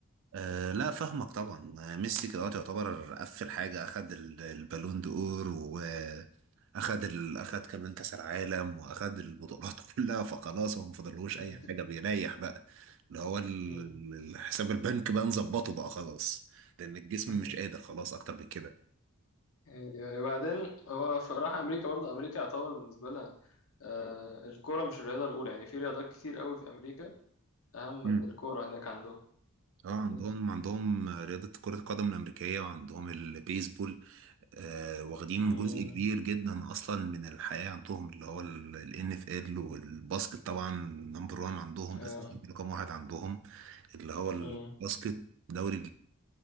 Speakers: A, on the right; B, on the left.
A: أه لا فاهمك طبعا آه، ميسي دلوقتي يعتبر قفل حاجة أخد ال- البالون دور وأخد ال... أخد كمان كأس العالم وأخد البطولات <laughs> كلها فخلاص هو مفضلهوش
B: مم.
A: أي حاجة بيريح بقى اللي هو ال-
B: مم.
A: الحساب البنك بقى نظبطه بقى خلاص لأن الجسم
B: <laughs>
A: مش قادر خلاص أكتر من كده
B: يعني وبعدين هو ف- راح امريكا برضه امريكا يعتبر بالنسبه لها آه، الكوره مش الرياضه الاولى يعني في رياضات كتير قوي في امريكا اهم من
A: مم.
B: الكوره هناك عندهم
A: اه
B: فاهمني
A: عندهم عندهم رياضة كرة القدم الأمريكية وعندهم البيسبول آه، واخدين
B: مم.
A: جزء كبير جدا اصلا من الحياه عندهم اللي هو الان اف ال والباسكت طبعا نمبر وان عندهم
B: آه.
A: اساسا رقم واحد عندهم اللي هو الباسكت
B: مم.
A: دوري